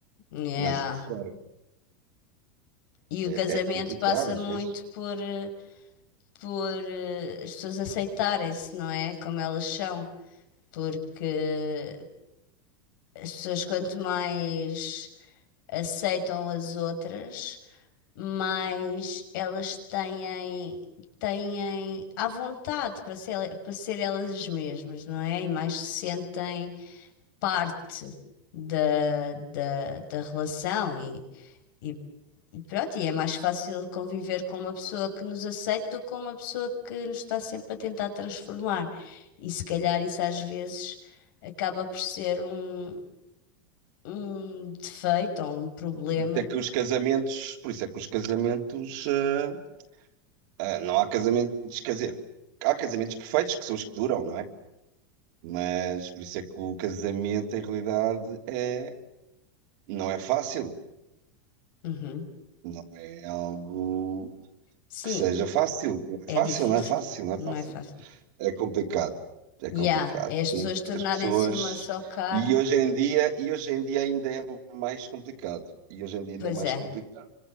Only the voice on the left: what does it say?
yeah.
E o casamento
passa
muito
por. ah, por eh, as pessoas aceitarem-se, não é? Como elas são. Porque as pessoas, quanto mais aceitam as outras, mais elas têm, têm à vontade para ser, para ser elas mesmas, não é? E mais se sentem parte da, da, da relação e, e E Pronto, e é mais fácil conviver com uma pessoa que nos aceita do que com uma pessoa que nos está sempre a tentar transformar. E se calhar isso às vezes acaba por ser um, um defeito ou um problema.
Uhum.
Sim,
é
difícil,
não
é fácil.
Yeah, é as
pessoas tornarem-se
uma só carne.
Pois
é,